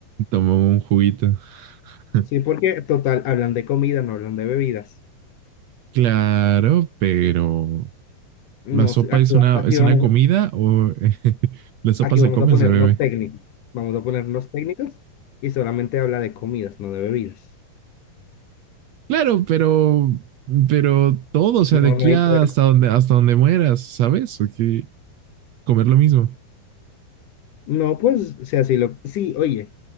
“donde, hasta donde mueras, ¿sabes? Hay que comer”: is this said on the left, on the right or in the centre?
Right